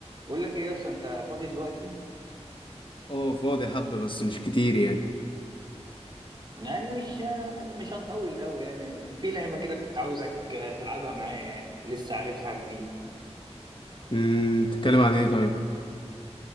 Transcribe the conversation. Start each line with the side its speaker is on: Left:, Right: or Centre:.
Right: بقول لك ايه يا اسطى انت فاضي دلوقتي
Left: اه فاضي حبة بس مش كتير يعني
Right: يعني مش مش هنطول قوي يعني في لعبه كده كنت عاوزك تلعبها معايا يعني لسه عارفها جديد
Left: امم تتكلم عن ايه طيب